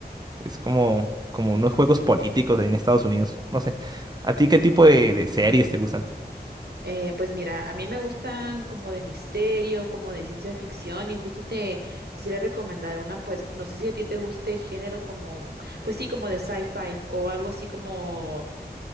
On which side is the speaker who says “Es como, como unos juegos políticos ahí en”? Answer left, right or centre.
Right